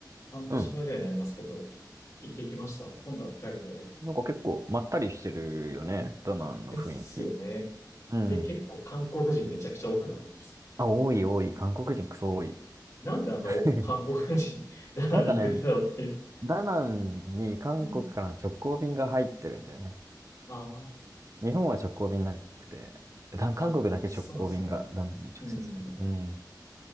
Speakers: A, on the left (about 40°); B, on the right (about 45°).
A: 半年前ぐらいになりますけど、
B: うん。
A: 行ってきました。今度は2人で。
B: なんか結構まったりしてるよね、ダナンの雰囲気。
A: ですよね。
B: うん。
A: で、結構韓国人めちゃくちゃ多くなかったです。
B: あ、多い多い。韓国人クソ多い。
A: なんであんな韓国人、
B: <laughs>
A: <laughs> ダナンに行くんだろうっていう。
B: なんかね、ダナンに韓国からの直行便が入ってるんだよね。
A: うんあ
B: 日本は直行便なくて、だ韓国だけ直行便がダナンに直接来る。
A: あ、あ、そうなんですね。うん。
B: うん。